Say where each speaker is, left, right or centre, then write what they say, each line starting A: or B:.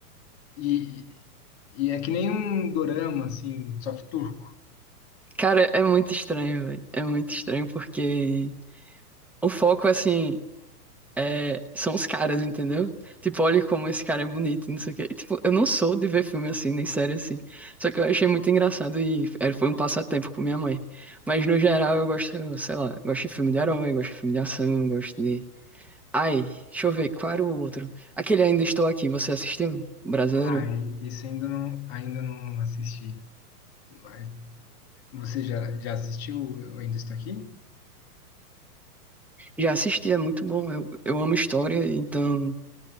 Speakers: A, on the left; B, in the centre.
A: e, e é que nem um dorama, assim, só que turco.
B: Cara, é muito estranho, velho. É muito estranho porque o foco, assim, é... são os caras, entendeu? Tipo, olha como esse cara é bonito, não sei o quê. E, tipo, eu não sou de ver filme assim, nem série assim. Só que eu achei muito engraçado e era- foi um passatempo com minha mãe. Mas no geral eu gosto, sei lá, gosto de filme de herói, gosto de filme de ação, gosto de. Ai, deixa eu ver, qual era o outro? Aquele Ainda Estou Aqui, você assistiu? Brasileiro?
A: Ah, e- esse ainda não, ainda não assisti. Mas você já, já assistiu Eu Ainda Estou Aqui?
B: Já assisti, é muito bom. Eu, eu amo história, então